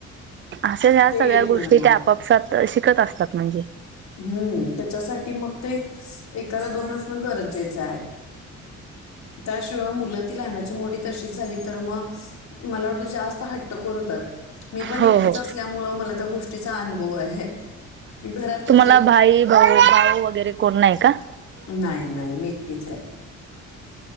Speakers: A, on the right; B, on the left.
A: अशे ह्या
B: ते
A: सगळ्या
B: येत
A: गोष्टी
B: नाही मग
A: त्या आपापसात शिकत असतात म्हणजे
B: हम्म त्याच्यासाठी मग ते एकाला दोन असणं गरजेचं आहे त्याशिवाय मुलं ती लहानाची मोठी तशीच झाली तर मग मला वाटतं जास्त हट्टखोर होतात मी पण
A: हो
B: एकटीच
A: हो
B: असल्यामुळे मला त्या गोष्टीचा अनुभव आहे की घरात कु
A: ला भाई भाऊ, भाऊ वगैरे कोण नाही का
B: नाही नाही मी एकटीच आहे